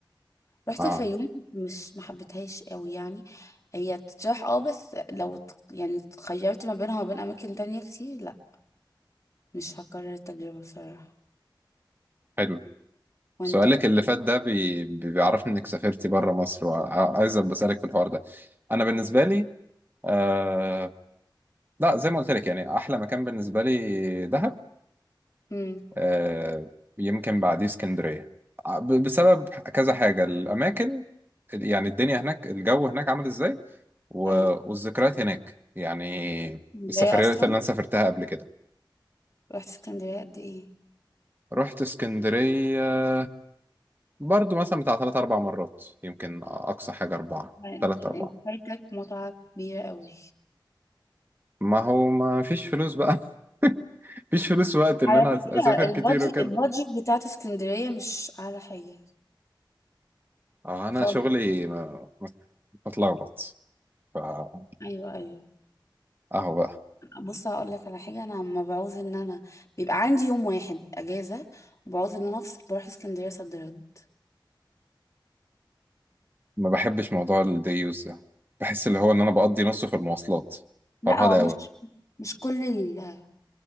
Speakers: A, on the left; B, on the right.
A: رحت
B: اه
A: الفيوم مش محبتهاش أوي يعني هي تتراح اه بس لو ت- يعني اتخيرت ما بينها وما بين أماكن تانية كتير لأ مش هكرر التجربة بصراحة
B: حلو
A: وانت
B: سؤالك اللي فات ده بي... بي- بيعرفني انك سافرتي بره مصر وعايز بسألك في الحوار ده انا بالنسبة لي آه... لا زي ما قلت لك يعني احلى مكان بالنسبة لي دهب
A: امم
B: آه... يمكن بعديه اسكندرية ع- ب... بسبب كذا حاجة الاماكن يعني الدنيا هناك الجو هناك عامل ازاي و...
A: أيوه
B: والذكريات هناك يعني
A: اسكندرية
B: السفريات
A: أصلا
B: اللي انا سافرتها قبل كده
A: رحت اسكندرية قد ايه
B: رحت اسكندرية برضو مثلا بتاع ثلاث أربع مرات يمكن أقصى حاجة أربعة
A: يعني
B: ثلاث أربعة
A: انت فايتك متعة كبيرة أوي
B: ما هو ما فيش فلوس بقى <laughs> مفيش فلوس وقت إن
A: على
B: أنا
A: فكرة
B: أسافر
A: البادجت
B: كتير وكده
A: البادجت بتاعت اسكندرية مش أعلى حاجة
B: أه أنا
A: خالص
B: شغلي م- متلخبط فأهو
A: أيوه أيوه
B: بقى
A: بص هقول لك على حاجة أنا لما بعوز إن أنا بيبقى عندي يوم واحد أجازة وبعوز إن أنا أفصل بروح اسكندرية صد رد
B: ما بحبش موضوع الدي يوز ده بحس اللي هو إن أنا بقضي نصه في المواصلات
A: لا
B: فرهدة
A: هو مش
B: أوي
A: مش كل ال...